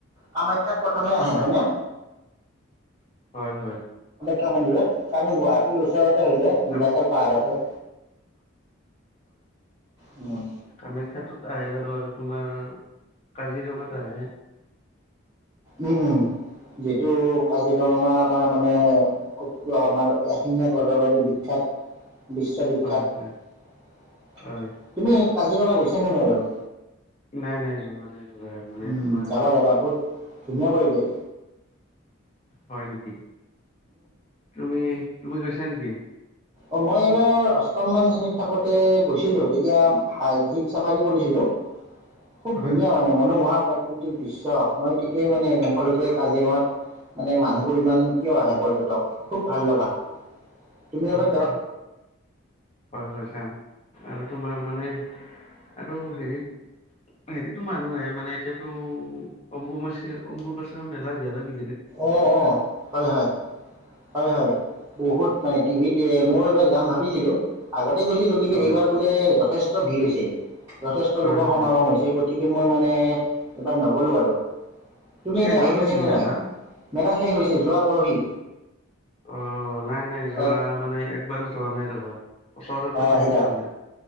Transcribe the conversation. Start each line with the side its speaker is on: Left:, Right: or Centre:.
Right: কামাখ্যাত প্ৰথমে আহে হয় নে?
Left: হয় হয়।
Right: খ্যা মন্দিৰত কাৰণ গুৱাহাটীৰ ওচৰতে হৈ যায়
Left: কাম
Right: নীলাচল পাহাৰতে। উম,
Left: কামাখ্যাতোত আহে বাৰু আৰু তোমাৰ কাজিৰঙাত আহে।
Right: উম যিটো কাজিৰঙা আমাৰ মানে আমাৰ এশিঙীয়া গড়ৰ বাবে বিখ্যাত বিশ্ববিখ্যাত।
Left: হয় হয় হয়
Right: তুমি কাজিৰঙা গৈছানে নাই বাৰু?
Left: নাই নাই যোৱা নাই যোৱা মানে
Right: উম
Left: তোমাৰ
Right: যাবা যাবা বহুত ধুনীয়া পৰিৱেশ।
Left: হয় নিকি তুমি তুমি গৈছা নিকি?
Right: অ মই এইবাৰ অষ্টম মান শ্ৰেণীত থাকোতে গৈছিলো তেতিয়া জীপ চাফাৰী কৰিছিলো।
Left: <inaudible>
Right: খুব
Left: হয়
Right: ধুনীয়া মানে মনোমোহা প্ৰাকৃতিক দৃশ্য মই তেতিয়াই মানে গম পালো যে কাজিৰঙাত মানে মানুহবোৰ ইমান কিয় আহে পৰ্যটক খুব ভাল লগা তুমি এবা
Left: হয় হয় যাম আৰু তোমাৰ মানে আৰু হেৰিত হেৰিতটো মানুহে আহে মানে এতিয়াতো অম্বু মাছি অম্বুপাচা মেলা গেল কি
Right: অ অ হয় হয় হয় হয় বহুত মানে টিভিত মই এইবাৰ যাম ভাবিছিলো আগতে গৈছিলো কিন্তু
Left: হয়
Right: এইবাৰ বোলে যথেষ্ট ভিৰ হৈছে। যথেষ্ট
Left: হয়
Right: লোকৰ সমাগম
Left: হয়
Right: হৈছে গতিকে মই মানে এইবাৰ নগলো আৰু। তুমি
Left: পিছে
Right: এনেই
Left: গ'ল
Right: আহি পাইছা
Left: নেকি
Right: নে
Left: মেলা
Right: নাই? মেলা শেষ হৈছে যোৱা পৰহি।
Left: অ নাই নাই যোৱা
Right: অঁ
Left: মানে একবাৰ যোৱা নাই ৰবা। ওচৰতে থাকি
Right: আহিবা
Left: যোৱা নাই